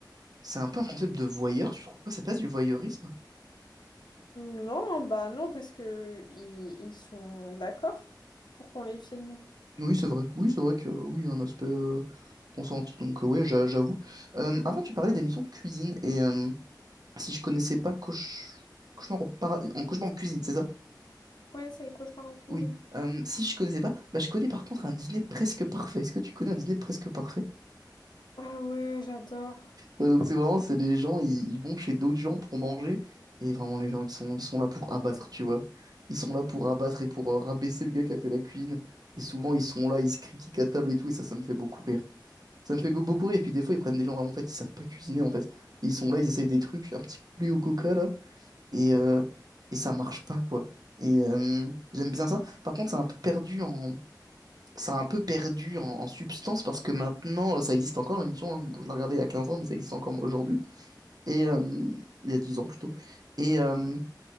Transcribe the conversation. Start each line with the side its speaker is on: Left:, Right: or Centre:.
Right: c'est un peu un concept de voyeur. Tu trouves pas? C'est pas du voyeurisme?
Left: Non, bah non, parce que ils, ils sont d'accord pour qu'on les filme.
Right: Oui c'est vrai. Oui c'est vrai que euh, oui il y a un aspect euh, consenti. Donc euh, ouais j'a- j'avoue. Euh, avant tu parlais d'émissions de cuisine et euh, si je connaissais pas Cauch... Cauchemar au paradis en Cauchemar en cuisine c'est ça?
Left: Ouais, c'est les cauchemars en film.
Right: Oui. Euh, si je connaissais pas, bah, je connais par contre un dîner presque parfait. Est-ce que tu connais un dîner presque parfait?
Left: Ah ouais, j'adore.
Right: Ouais, donc c'est vraiment, c'est les gens, ils, ils vont chez d'autres gens pour manger. Et vraiment, les gens, ils sont, ils sont là pour abattre, tu vois. Ils sont là pour abattre et pour euh, rabaisser le gars qui a fait la cuisine. Et souvent, ils sont là, ils se critiquent à table et tout. Et ça, ça me fait beaucoup rire. Ça me fait go- beaucoup rire. Et puis des fois, ils prennent des gens vraiment, en fait, ils savent pas cuisiner, en fait. Ils sont là, ils essayent des trucs, un petit poulet au coca, là. Et, euh, et ça marche pas, quoi. Et euh, j'aime bien ça. Par contre, c'est un peu perdu en, ça a un peu perdu en, en substance parce que maintenant, euh, ça existe encore l'émission. hein. Bon, je l'ai regardée il y a 15 ans, mais ça existe encore aujourd'hui. Et euh, il y a 10 ans plutôt. Et euh,